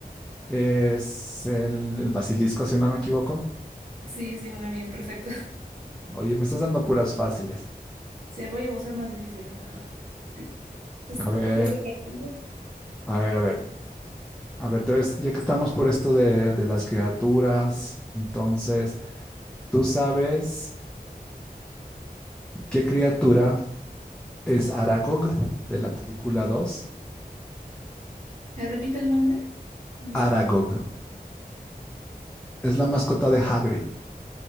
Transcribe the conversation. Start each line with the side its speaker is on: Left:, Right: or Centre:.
Centre: Es el, el basilisco, si no me equivoco.
Right: Sí, sí, muy bien, perfecto. <laughs>
Centre: Oye, me estás dando puras fáciles.
Right: Sí, voy a buscar más difíciles, la verdad. ¿Qué- qué
Centre: A ver,
Right: Voy a sacar primero.
Centre: a ver, a ver. A ver, te ves, ya que estamos por esto de, de las criaturas, entonces, ¿tú sabes qué criatura es Aragog de la película dos
Right: ¿Me repite el nombre? A ver.
Centre: Aragog. Es la mascota de Hagrid.